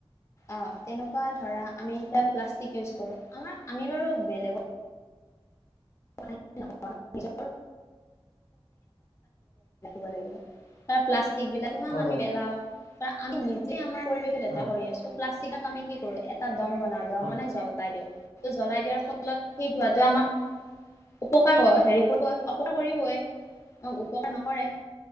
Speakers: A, on the left (about 30°); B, on the left (about 75°).
A: আ তেনেকুৱা ধৰা আমি এতিয়া প্লাষ্টিক ইউজ কৰো, আমাৰ আমি বাৰু বেলেগ <unintelligible> <unintelligible> ৰাখিব লাগিব কাৰন প্লাষ্টিকবিলাক কিমান
B: হয়
A: আমি
B: হয়
A: পেলাও বা আমি নিজে আমাৰ পৰিৱেশটো লেতেৰা
B: হয়
A: কৰি আছো, প্লাষ্টিক আ আমি কি কৰোঁ? এটা দম বনাও, দম
B: হয়
A: বনাই জ্বলাই দিও, ত জ্বলাই দিয়াৰ ফলত সেই ধোঁৱাটোৱে আমাক উপকাৰ অ হেৰি কৰিব, অপকাৰ কৰিবই অ উপকাৰ নকৰে।